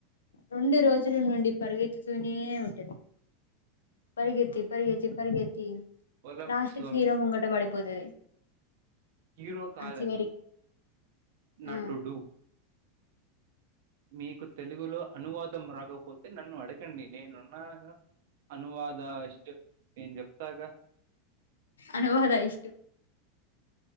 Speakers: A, on the left (about 85°); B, on the right (about 65°).
A: రెండు రోజుల నుండి పరుగెత్తుతూనే ఉంటది పరిగెత్తి పరిగెత్తి పరిగెత్తి
B: ఒలింపిక్స్
A: లాస్ట్క్
B: లో
A: హీరో ముంగట పడిపోతది
B: హీరో కాదండి
A: ఆ చివరికి
B: నటుడు
A: ఆ
B: మీకు తెలుగులో అనువాదం రాకపోతే నన్ను అడగండి నేనున్నాగా అనువద ఇష్ట నేన్ చెప్తాగ
A: అనువాద ఇష్ టు